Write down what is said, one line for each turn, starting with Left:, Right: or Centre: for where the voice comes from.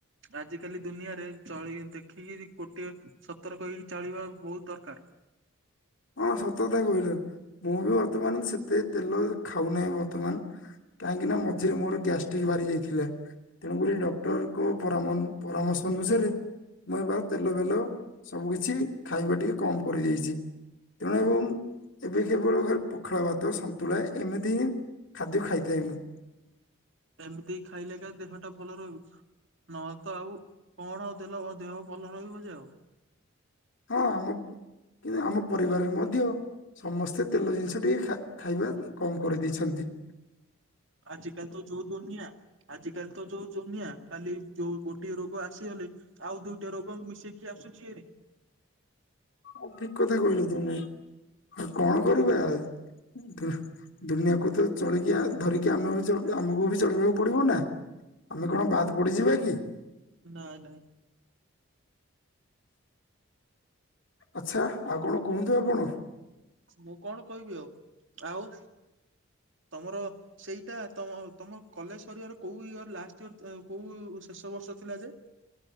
Right: ଆଜି କାଲି ଦୁନିଆରେ ଚଳି ଦେଖିକି ଗୋଟିଏ ସତରକ ହେଇକି ଚଳିବା ବହୁତ ଦରକାର।
Left: ହଁ ସତକଥା କହିଲେ ମୁଁ ବି ବର୍ତ୍ତମାନ ସେତେ ତେଲ ଖାଉନାହିଁ ବର୍ତ୍ତମାନ। କାହିଁକି ନା ମଝିରେ ମୋର ଗ୍ୟାଷ୍ଟ୍ରିକ ବାହାରି ଯାଇଥିଲା। ତେଣୁକରି ଡକ୍ଟରକ ପାରମନ୍ ପରାମର୍ଶ ଅନୁସାରେ ମୁଁ ଏ ବା ତେଲ ମେଲ ସବୁ କିଛି ଖାଇବା ଟିକେ କମ୍ କରିଦେଇଚି ତେଣୁ ଏବେ କେବଳ ଖା ପଖାଳ ଭାତ ସନ୍ତୁଳା ଏମିତି ହିଁ ଖାଦ୍ୟ ଖାଇଥାଏ ମୁଁ।
Right: ଏମିତି ଖାଇଲେ ତ ଦେହଟା ଭଲ ରହିବ। ନ ତ ଆଉ କଣ ଦେଲ ଦେହ ଭଲ ରହିବ ଯେ ଆଉ
Left: ହଁ ଆମ କିଏ ଆମ ପରିବାରରେ ମଧ୍ୟ ସମସ୍ତେ ତେଲ ଜିନିଷ ଟିକେ ଖା ଖାଇବା କମ୍ କରି ଦେଇଛନ୍ତି।
Right: ଆଜିକାଲି ତ ଯୋଉ ଦୁନିଆ। ଆଜି କାଲି ତ ଯୋଉ ଜୁନିଆ ଖାଲି ଯୋଉ ଗୋଟିଏ ରୋଗ ଆସିଗଲେ ଆଉ ଦୁଇଟା ରୋଗ ମିଶେଇକି ଆସୁଚି ହାରି।
Left: ଆଉ ଠିକ୍ କଥା କହିଲ ତୁମେ ଆଉ କଣ କରିବା ଧୁ ଦୁନିଆକୁ ତ ଚଳିକି ଆ ଧରିକି ଆମେ ବି ଚ ଆମକୁ ବି ଚଳିବାକୁ ପଡିବ ନା? ଆମେ କଣ ବାଦ୍ ପଡିଯିବା କି?
Right: ନାଇ ନାଇଁ।
Left: ଆଚ୍ଛା ଆଉ କଣ କୁହନ୍ତୁ ଆପଣ?
Right: ମୁଁ କଣ କହିବି ଆଉ ଆଉ ତମର? ସେଇଟା ତମ ତମ କଲେଜ ସିରିବାର କୋଉ ଇୟର ଲାଷ୍ଟ ଇୟର ତି ଉଁ କୋଉ ଉ ଶେଷ ବର୍ଷ ଥିଲା ଯେ